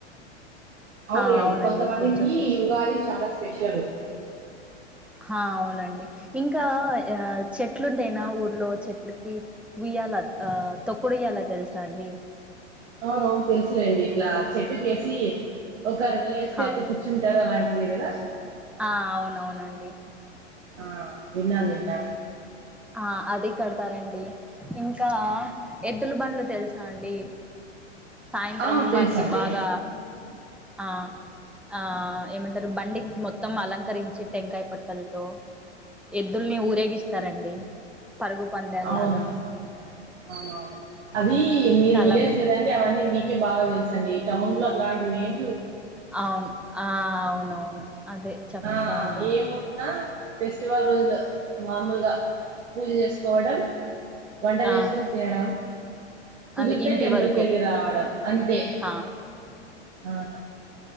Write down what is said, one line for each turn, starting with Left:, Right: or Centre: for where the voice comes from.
Right: అవునలేండి
Centre: ఆ అవునండి
Right: కొంతమందికి
Centre: కొంచెం స్పెషల్
Right: ఉగాది చాలా స్పెషలు.
Centre: హా అవునండి ఇంకా ఆ చెట్లుంటాయినా ఊర్లో చెట్లకి. ఇ్యలా ఆ తొక్కుడియ్యల తెలుసా అండి.
Right: అవును తెలుసులేండి ఇట్లా చెట్టు కేసి. ఒకరు లేస్తే
Centre: హా
Right: ఒక కూర్చుంటారు అలాంటిదే గాదా.
Centre: ఆ అవునవునండి
Right: ఆ విన్నా విన్నా.
Centre: ఆ అది కడతారండి. ఇంకా ఎద్దులు బడ్లు తెలుసా అండి. సాయంత్రం
Right: ఆ తెలుసండి
Centre: వాటికి బాగా ఆ. ఆ ఏమంటారు బండికి మొత్తం అలంకరించి టెంకాయ పట్టలతో. ఎద్దుల్ని ఊరేగిస్తారండి. పరుగు పందేలాగా.
Right: అవునవును అవునవును అది మీరు
Centre: చాలా
Right: విలేజ్ గదండి అవన్నీ మీ. బాగా తెలుసండి ఈ టౌన్ లో అలాంటివేమ్.
Centre: అవున్ ఆ అవునవును. అదే చెప్తా
Right: ఆ
Centre: ఉన్నాను
Right: ఏమున్నా. ఫెస్టివల్ రోజులు మామూలుగా పూజ చేసుకోవడం. వంట
Centre: ఆ
Right: చేస్కొని తినడం. కుదిరితే
Centre: అదే ఇంటి
Right: టెంపుల్
Centre: వరకు
Right: కేళ్ళి రావడం అంతే
Centre: ఆ
Right: అవును.